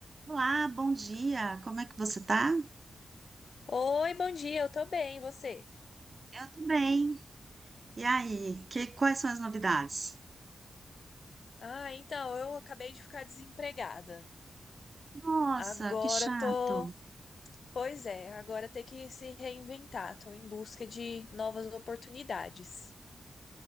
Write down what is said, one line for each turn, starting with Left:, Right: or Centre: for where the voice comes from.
Right: Olá, bom dia. Como é que você tá?
Left: Oi, bom dia, eu tô bem, e você?
Right: Eu tô bem. E aí, que, quais são as novidades?
Left: Ah, então, eu acabei de ficar desempregada.
Right: Nossa,
Left: Agora
Right: que chato.
Left: tô. Pois é, agora tem que se reinventar, tô em busca de novas oportunidades.